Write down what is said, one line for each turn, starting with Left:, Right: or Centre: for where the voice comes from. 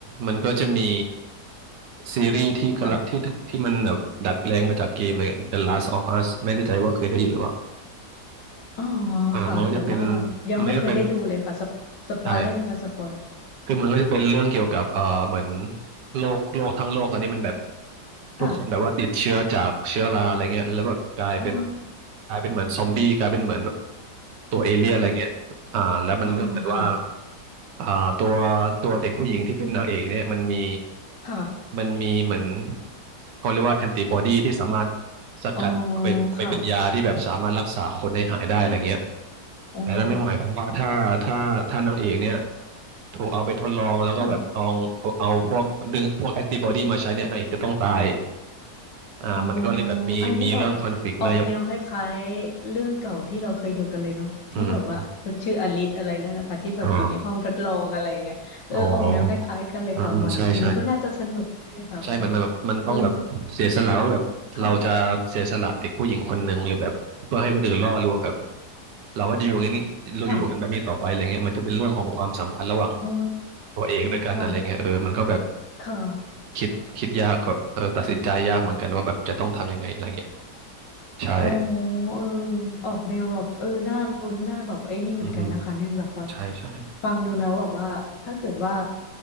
Right: มันก็จะมีซีรีส์ที่กำลังที่ที่มันแบบดัดแปลงมาจากเกมเลย
Left: ค่ะ
Right: The Last of Us ไม่แน่ใจว่าเคยได้ยินหรือเปล่า
Left: อ๋อ
Right: อ่ามันก็จะเป็น
Left: ค่ะแต่ว่ายังไม่เคยได้ดูเลยค่ะสปสปอยได้ไหมคะสปอย
Right: มันก็เป็นใช่คือมันก็จะเป็นเรื่องเกี่ยวกับเอ่อเหมือนโรคโรคทั้งโลกตอนนี้มันแบบ
Left: <laughs>
Right: ทุกคนแบบว่าติดเชื้อจากเชื้อราอะไรเงี้ยแล้วแบบกลายเป็น
Left: ค่ะอ๋อ
Right: กลายเป็นเหมือนซอมบี้กลายเป็นเหมือนแบบตัวเอเลี่ยนอะไรเงี้ยอ่าแล้วมันก็เหมือนว่า
Left: ค่ะอ๋อค่ะ
Right: อ่าตัวตัวเด็กผู้หญิงที่เป็นนางเอกเนี่ยมันมี
Left: ค่ะ
Right: มันมีเหมือนเขาเรียกว่าแอนติบอดีที่สามารถสกัดเอาไปเอาไปเป็นยาที่แบบสามารถรักษาคนให้หายได้อะไรเงี้ย
Left: อ๋อค่ะอ๋
Right: แต่นั่นก็หมายความว่าถ้าถ้าถ้านางเอกเนี่ย ถูกเอาไปทดลองแล้วก็แบบลองเอาเอาพวกดึงพวกแอนติบอดีมาใช้เนี่ยนางเอกจะต้องตาย
Left: อ
Right: อ่ามันก็เลยแบบมีมีเรื่องคอนฟ
Left: อ๋ออันนี้ออก
Right: lict
Left: ออกแนวคล้ายๆเรื่องเก่าที่เราเคยดูกันเลยเนาะที่แบบว่าคนชื่ออลิสอะไรนั่นนะคะที่แบบอยู่ในห้องทดลองอะไรอย่างเงี้ยเออออกแนวคล้ายๆกันเลยค่ะเหมือนอันนี้ก็น่าจะสนุกใช่ไหมคะแบบ
Right: แล้วอย่างอืมอ๋ออ๋ออืมอืมใช่ใช่ใช่เหมือนมันแบบมันต้องแบบเสียสละว่าแบบเราจะเสียสละเด็กผู้หญิงคนหนึ่งหรือแบบเพื่อให้คนอื่นรอดหรือว่าแบบ
Left: อืมค่ะ
Right: เราก็จะอยู่อย่างนี้เราอยู่กันแบบนี้ต่อไปอะไรเงี้ยมันจะเป็นเรื่องของความสัมพันธ์ระหว่าง
Left: ค่ะอ๋อ
Right: ตัวเอกด้วยกันอะไรเงี้ยเออมันก็แบบ
Left: ค่ะค่ะ
Right: คิดคิดยากแบบเออตัดสินใจยากเหมือนกันว่าแบบจะต้องทำยังไงอะไรเงี้ยใช่
Left: อ๋อเออออกแนวแบบเออน่าลุ้นน่าแบบไอ้นี่เหมือนกันนะคะเนี่ยแบบว่า
Right: อืมอืมใช่ใช่
Left: ฟังดูแล้วแบบว่าถ้าเกิดว่า